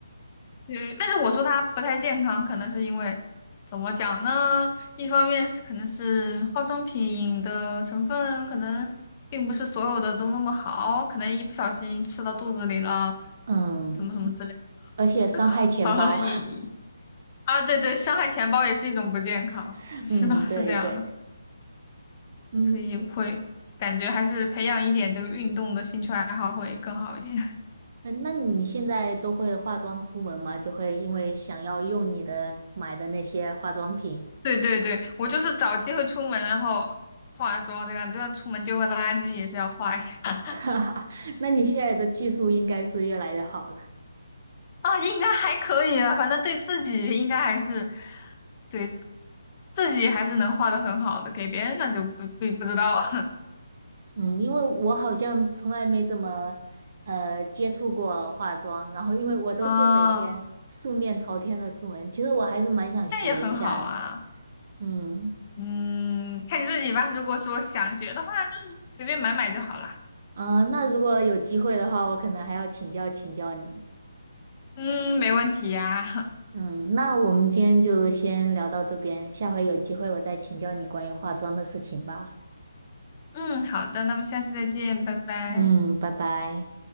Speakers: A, on the left; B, on the right.
A: 对，但是我说它不太健康，可能是因为怎么讲呢？一方面是可能是化妆品的成分可能并不是所有的都那么好，可能一不小心吃到肚子里了，
B: 嗯，
A: 怎么什么之类，
B: 而且伤害钱包，
A: 这个 <laughs> 好像也啊，对对，伤害钱包也是一种不健康。
B: <laughs>
A: <laughs> 是的，
B: 嗯，对对，
A: 是这样的。
B: 嗯，
A: 所以我会感觉还是培养一点这个运动的兴趣爱好会更好一点。<laughs>
B: 呃那你现在都会化妆出门吗？就会因为想要用你的买的那些化妆品，
A: 对对对，我就是找机会出门，然后化妆这个样子，就算出门丢个垃圾也是要化一下 <laughs>
B: <laughs> 哈哈，那你现在的技术应该是越来越好了。
A: 啊，应该还可以吧，反正对自己应该还是对自己还是能画的很好的，给别人那就不不不知道了
B: 嗯，因为我好像从来没怎么呃接触过化妆，然后因为我都是每天素面朝天的出门，
A: <laughs> 啊，
B: 其实我还是蛮想学一下的。
A: 那也很好啊，
B: 嗯，
A: 嗯，看你自己吧。如果说想学的话，就随便买买就好啦。
B: 啊、那如果有机会的话，我可能还要请教请教你。
A: 嗯，没问题呀、
B: 嗯，那我们今天就先聊到这边，下回有机会我再请教你关于化妆的事情吧。
A: 嗯，好的，那么下次再见，拜拜。
B: 嗯，拜拜。